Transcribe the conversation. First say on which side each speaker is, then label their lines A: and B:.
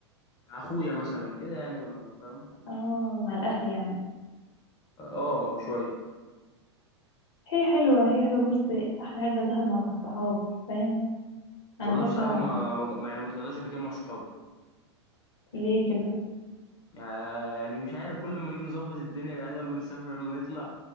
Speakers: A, on the left; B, on the left.
A: مع اخويا مثلا كده يعني ما- فاهم
B: اه مع الأهل يعني
A: اه آه، شويه
B: هي حلوة هي حلوة بص أحلى حاجة دهب مع الصحاب فاهم أنا
A: والله
B: فاكرة
A: بصراحه ما
B: م-
A: ما ما- يعني ما طلعتش قبل كده مع صحابي
B: ليه كده
A: آه، يعني مش عارف كل ما نيجي نظبط الدنيا يا جدعان يلا نسافر يلا نطلع